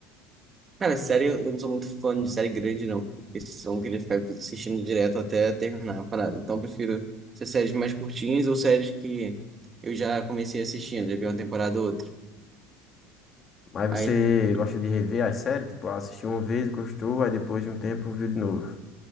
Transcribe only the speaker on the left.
Mas você
gosta de rever as séries? Tipo, ah, assistiu uma vez, gostou, aí depois de um tempo viu de novo.